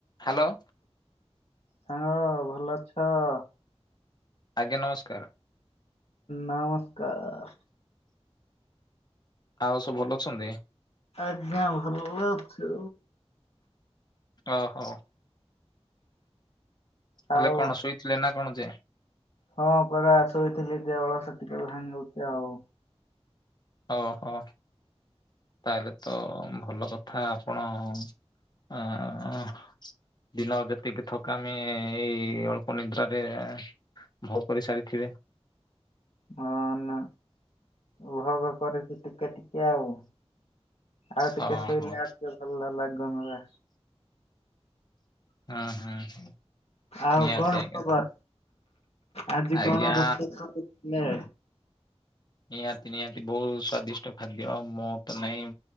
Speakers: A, on the left; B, on the left.
A: Hello.
B: ସାଙ୍ଗ ଭଲ ଅଛ?
A: ଆଜ୍ଞା ନମସ୍କାର।
B: ନମସ୍କାର।
A: ଆଉ ସବୁ ଭଲ ଅଛନ୍ତି?
B: ଆଜ୍ଞା ଭଲ ଅଛୁ।
A: ଓହୋ।
B: ଆଉ
A: ଏବେ କଣ ଶୋଇଥିଲେ ନା କଣ ଯେ?
B: ହଁ ପରା ଶୋଇଥିଲି ଦେହ ଅଳସ ଟିକେ ଭାଙ୍ଗୁଛି ଆଉ।
A: ଓହୋ ତାହେଲେ ତ ଭଲ କଥା ଆପଣ ଆଁ ଦିନର ଯେତିକି ଥକାମି ଏଇ ଅଳ୍ପ ନିଦ୍ରାରେ ଆଉ ପରିସାରି ଥିବେ।
B: ହଁ ନା ଉଭୋଗ କରିଛୁ ଟିକେ ଟିକେ ଆଉ। ଆଉ
A: ହଁ
B: ଟିକେ ଶୋଇଲେ
A: ହଁ
B: ଆଉ ଟିକେ ଭଲ ଲାଗନ୍ତା।
A: ହଁ ହଁ ହ
B: ଆଉ
A: ନିହାତି
B: କଣ
A: ଆଜ୍ଞା।
B: ଖବର ଆଜି
A: ଆଜ୍ଞା।
B: କଣ ରୋଷେଇ କରିଥିଲେ?
A: ନିହାତି ନିହାତି ବହୁତ ସ୍ଵାଦିଷ୍ଟ ଖାଦ୍ୟ ମୁଁ ତ ନାଇଁ